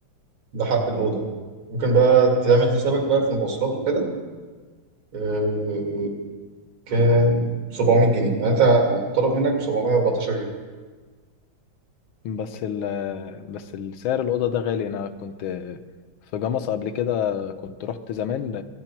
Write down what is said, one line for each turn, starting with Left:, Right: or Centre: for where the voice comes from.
Right: ده حق الأوضة ممكن بقى تعمل حسابك بقى في المواصلات وكده آه، كام 700 جنيه يعني أنت أنا مطالب منك ب 714 جنيه
Left: بس ال بس السعر الأوضة ده غالي أنا كنت في جمصة قبل كده كنت رحت زمان